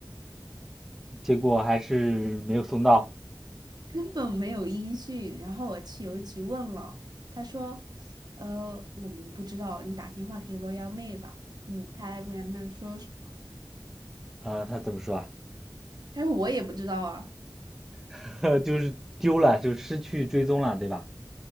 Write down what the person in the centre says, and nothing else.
结果还是没有送到。
呃，他怎么说啊？
<laughs> 就是丢了，就失去追踪了，对吧？